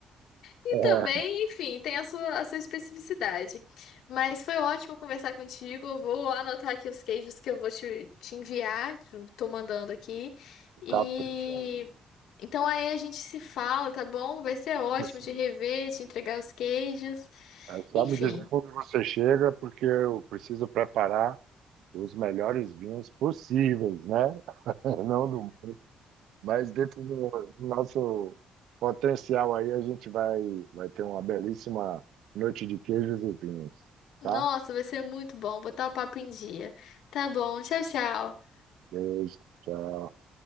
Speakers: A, on the left; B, on the right.
A: E
B: é,
A: também, enfim, tem a sua, a sua especificidade. Mas foi ótimo conversar contigo. Eu vou anotar aqui os queijos que eu vou te, te enviar, que eu tô mandando aqui. E
B: capricha aí.
A: então aí a gente se fala, tá bom? Vai ser
B: Vamos
A: ótimo
B: sim.
A: de rever, te entregar os queijos.
B: É só
A: Enfim,
B: me dizer quando você chega, porque eu preciso preparar os melhores vinhos possíveis, né? <laughs> Não do mundo. Mas dentro do, do nosso potencial aí, a gente vai, vai ter uma belíssima noite de queijos e vinhos,
A: nossa,
B: tá?
A: vai ser muito bom botar o papo em dia. Tá bom, tchau, tchau.
B: Beijo, tchau.